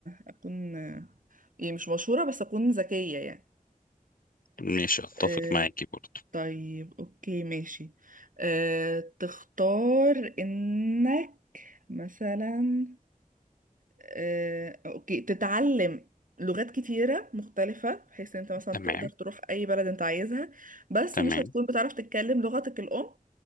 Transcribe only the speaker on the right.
اكون يعني مش مشهورة بس اكون ذكية يعني
أه
طيب اوكي ماشي أه تختار انك مثلا أه اوكي تتعلم لغات كتيرة مختلفة بحيث ان انت مثلا
تقدر تروح اي بلد انت عايزها بس
مش هتكون بتعرف تتكلم لغتك الام